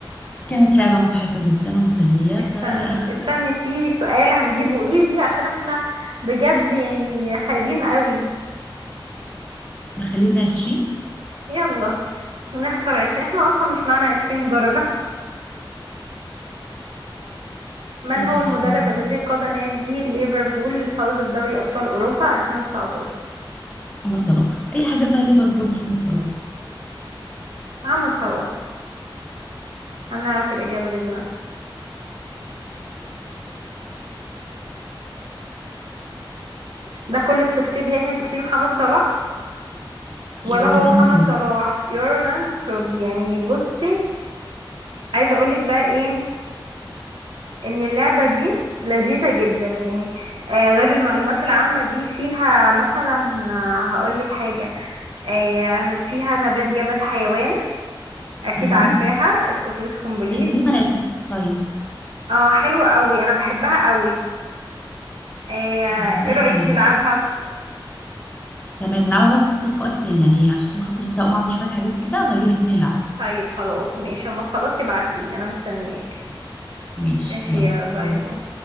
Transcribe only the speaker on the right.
استني
استني في سؤال هنجيبه ايزي عشان احنا بجد يعني خايبين قوي
يلا بنخسر عشرين احنا اصلا مش معانا عشرين درجة من
هو المدرب الذي قاد نادي ليفربول للفوز بدوري أبطال أوروبا 2019
محمد صلاح هنعرف الإجابة دلوقتي ده كله بتكتبي يعني هتكتبي محمد صلاح ولا
هو محمد
صلاح يورغن كلوب يعني بصي عايزة أقولك بقى إيه إن اللعبة دي لذيذة جدا يعني آه غير المعلومات العامة دي فيها مثلا آه هقولك حاجة آه فيها نبات جماد حيوان أكيد
عارفاها أتوبيس كومبليت
اه حلوة قوي انا بحبها قوي ايه
إيه رأيك
نلعبها
طيب خلاص ماشي اما تخلصي ابعتيلي انا مستنياك
ماشي
يلا باي
باي